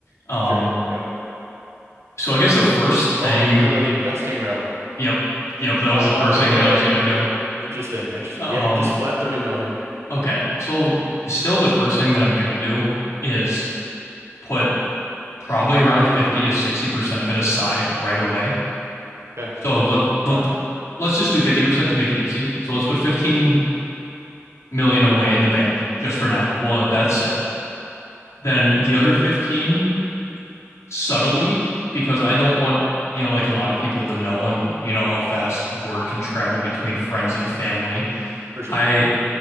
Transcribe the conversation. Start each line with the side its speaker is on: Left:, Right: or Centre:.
Left: Um,
Right: Sure. Yep.
Left: so I guess the first thing,
Right: Oh, you were gonna go the investing route.
Left: yep, yep, that was
Right: Okay.
Left: the first thing that I was gonna do.
Right: Interesting. Interesting.
Left: Um,
Right: Yep. Just flat 30 mil here.
Left: okay. So still the first thing that I'm gonna do is put probably around 50 to 60% of it aside right away
Right: Okay.
Left: So let, let,
Right: Smart.
Left: let's just do 50% to make it easy. So let's put 15 million away in the bank just for now. We'll let that sit. then the other 15 subtly, because I don't want, you know, like a lot of people to know and you know how fast word can travel between friends and family.
Right: For sure.
Left: I